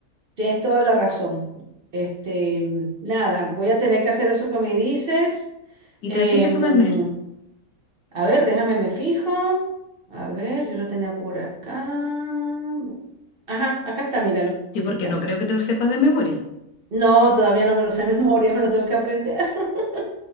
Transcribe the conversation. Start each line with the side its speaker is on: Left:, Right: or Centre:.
Right: tienes toda la razón. Este, nada, voy a tener que hacer eso que me dices.
Left: ¿Y
Right: Em,
Left: trajiste tu carnet?
Right: A ver, déjame, me fijo. A ver, yo lo tenía por acá. Ajá, acá está, míralo.
Left: Sí,
Right: Aquí
Left: porque
Right: está.
Left: no creo que te lo sepas de memoria.
Right: No, todavía no me lo sé de <laughs> memoria, me lo tengo que aprender. <laughs>